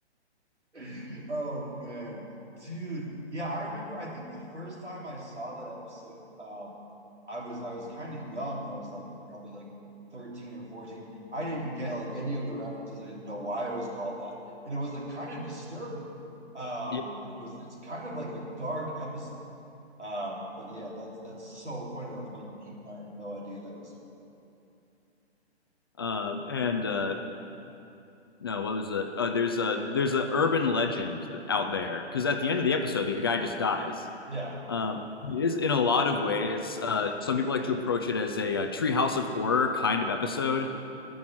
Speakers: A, on the right (about 85°); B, on the left (about 20°).
A: <laughs> Oh man, dude. Yeah, I remember. I think the first time I saw that episode, um, I was I was kind of young. I was like probably like 13 or 14. I didn't get like any of the references. I didn't know why it was called that, and it was like kind of disturbing. Um,
B: "Yeah."
A: it was it's kind of like a dark episode. Um, but yeah, that's that's so funny. That was Michael Keaton. I had no idea that was him.
B: Um, and uh, no, what was it? Oh, there's a there's a urban legend out there because at the end of the episode, the guy just dies.
A: Yeah,
B: Um, it is in a lot of ways. Uh, some people like to approach it as a, uh treehouse of horror kind of episode